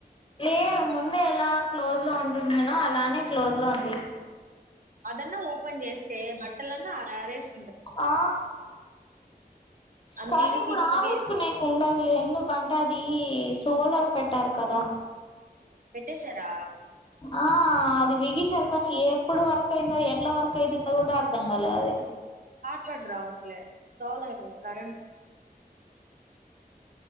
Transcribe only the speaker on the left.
లేదు ముందే ఎలా క్లోజ్ లో ఉంటుందేనో అలానే క్లోజ్ లో ఉంది
ఆ
కానీ
ఇప్పుడు
ఆరేసుకునేకు
ఉండదులే ఎందు కంటే అది సోలర్ పెట్టారు కదా
ఆ అది బిగించారు కానీ ఎప్పుడు వరకు వర్క్ అయిందో ఎట్లా వర్క్ అయితుందో కూడా అర్ధం కాల అది